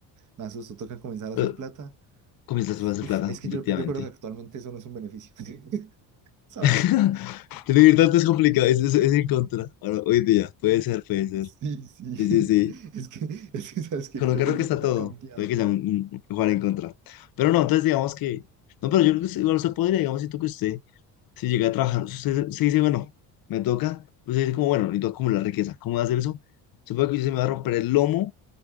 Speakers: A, on the right; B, on the left.
A: Me asusto. Toca comenzar a hacer
B: Eh,
A: plata.
B: comienza a hacer
A: Uf,
B: plata,
A: es que
B: efectivamente.
A: yo, yo creo que actualmente eso no es un beneficio, <laughs> ¿sabes?
B: <laughs> vivir tanto es complicado, es, es, es en contra. Ahora, hoy día, puede ser, puede ser.
A: Sí, sí,
B: Sí, sí, sí.
A: <laughs> es que, es que, ¿sabes que
B: Con
A: Creo
B: un carro
A: que el
B: que
A: mundo
B: está todo.
A: ha cambiado.
B: Puede que sea un, un un jugar en contra. Pero no, entonces digamos que. No, pero yo creo que usted- igual usted podría, digamos, siento que usted, si llega a trabajar, usted se, se dice, bueno, me toca. Usted dice, como, bueno, necesito acumular riqueza. ¿Cómo voy a hacer eso? Supongo que usted se me va a romper el lomo,